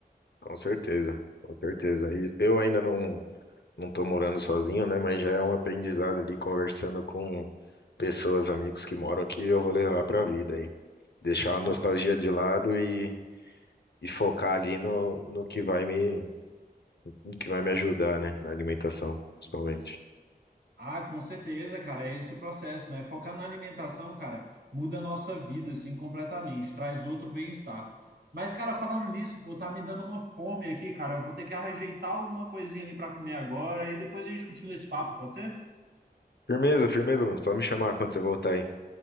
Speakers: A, on the left (about 80°); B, on the right (about 75°).
A: Com certeza, com certeza. E eu ainda não, não tô morando sozinho, né? Mas já é um aprendizado ali conversando com pessoas, amigos que moram aqui, eu vou levar pra vida, hein? Deixar a nostalgia
B: Ah,
A: de lado e, e focar ali no, no que vai me, no que vai me ajudar, né? Na alimentação, principalmente.
B: ah, com certeza, cara, é esse o processo, né? Focar na alimentação, cara, muda a nossa vida assim completamente, traz outro bem-estar. Mas, cara, falando nisso, pô, tá me dando uma fome aqui, cara. Eu vou ter que ajeitar alguma coisinha ali pra comer agora e depois a gente continua esse papo, pode ser?
A: Firmeza, firmeza, mano. Só me chamar quando você voltar, hein?